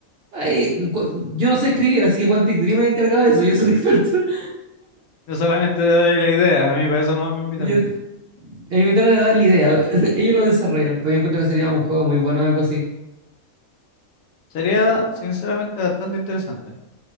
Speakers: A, on the right; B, on the left.
A: Ay, cu- yo no sé escribir, así que Quantic Dream es encargado de eso, yo soy un experto. <laughs>
B: Yo solamente doy la idea, a mí para eso no me invitaron.
A: Yo, a mí me trataron de dar la idea, <laughs> ellos lo desarrollan, pero yo encuentro que sería un juego muy bueno, algo así.
B: Sería sinceramente bastante interesante.